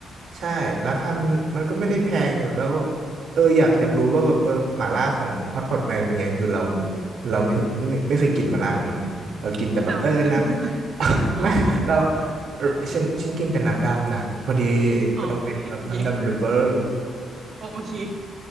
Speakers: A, on the right (about 65°); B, on the right (about 45°).
A: ใช่ราคามันมันก็ไม่ได้แพงแล้วแบบเอออยากอยากรู้ว่าแบบเออหม่าล่าของฮอตพอตแมนเป็นไงคือเราเราไม่ไม่ไม่เคยกินหม่าล่าของมันไงเรากินแต่แบบเออน้ำ
B: อ้าว <laughs> อ๋อ
A: <laughs> ไม่เราเออฉันฉันกินแต่น้ำดำนะพอดี
B: อ๋อโอเคโอเค
A: เราเป็นแบบน้ำดำ lover
B: โอเค